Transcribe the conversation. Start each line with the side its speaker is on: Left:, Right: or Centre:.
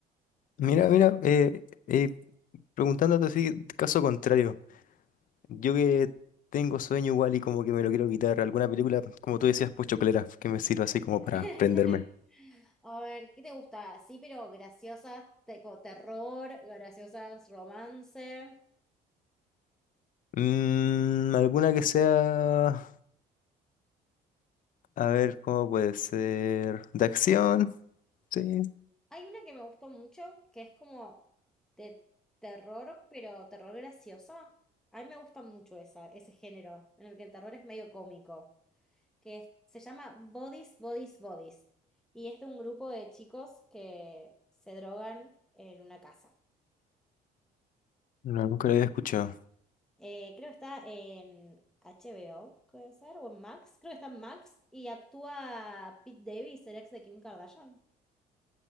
Left: Mira,
Centre: Y...
Left: mira, eh, eh, preguntándote así, caso contrario. Yo que tengo sueño igual y como que me lo quiero quitar. ¿Alguna película, como tú decías, pues chocolera, que me sirva así como
Centre: <laughs>
Left: para prenderme?
Centre: A ver, ¿qué te gusta? Sí, pero graciosas, tipo terror, graciosas, romance.
Left: Mm, alguna que sea, a ver, ¿cómo puede ser? ¿De acción? Sí.
Centre: Hay una que me gustó mucho, que es como de terror, pero terror graciosa. A mí me gusta mucho esa, ese género, en el que el terror es medio cómico. que es- se llama Bodies, Bodies, Bodies. Y es de un grupo de chicos que se drogan en una casa.
Left: No, nunca lo había escuchado.
Centre: Eh, creo que está en HBO, puede ser, o en Max. Creo que está en Max y actúa Pete Davis, el ex de Kim Kardashian.